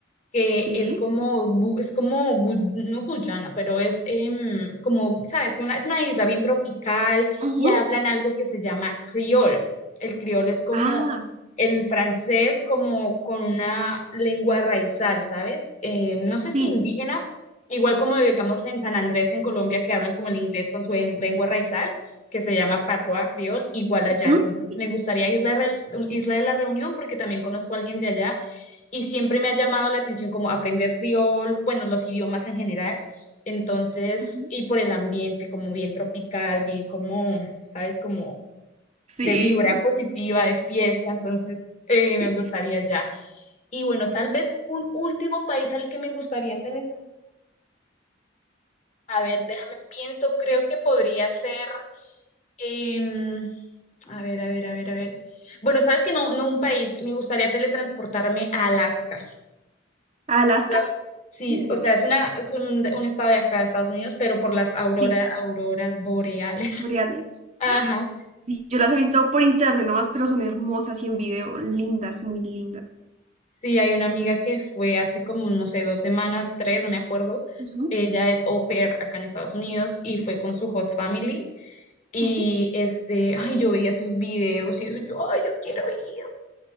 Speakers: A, on the left; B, on the right.
A: que
B: Sí.
A: es como, Gu- es como, Gu- no Guyana, pero es em, como, ¿sabes? Una, es una isla bien tropical
B: Ujú.
A: y hablan algo que se llama criol. El criol es como
B: Ah.
A: el francés, como con una lengua raizal, ¿sabes? Eh, no sé si
B: Sí,
A: indígena,
B: sí.
A: igual como digamos en San Andrés, en Colombia, que hablan como el inglés con su en- lengua raizal, que se llama patois criol, igual allá.
B: Ujú,
A: Entonces
B: sí.
A: me gustaría Isla, de Re- Isla de la Reunión porque también conozco a alguien de allá y siempre me ha llamado la atención como aprender criol, bueno, los idiomas en general. Entonces,
B: Ujú.
A: y por el ambiente, como bien tropical, bien como, ¿sabes? Como
B: Sí,
A: de vibra
B: bueno,
A: positiva, de fiesta. Entonces, eh, me
B: sí.
A: gustaría ya. Y bueno, tal vez un último país al que me gustaría teletransportarme. A ver, déjame pienso, creo que podría ser, em, a ver, a ver, a ver, a ver. Bueno, sabes que no, no un país, me gustaría teletransportarme a Alaska.
B: ¿Alaska?
A: las, sí,
B: Uy,
A: o sea, es una, es un, un estado de acá de Estados Unidos, pero por las auroras,
B: sí.
A: auroras boreales.
B: Boreales.
A: <laughs> Ajá.
B: Sí, yo las he visto por internet nomás, pero son hermosas y en video, lindas, muy lindas.
A: Sí, hay una amiga que fue hace como, no sé, dos semanas, tres, no me acuerdo.
B: Ujú,
A: Ella es au pair acá en Estados Unidos y fue con su host family. Y
B: ujú.
A: este, ay, yo veía sus videos y eso, yo, ay, yo quiero ir,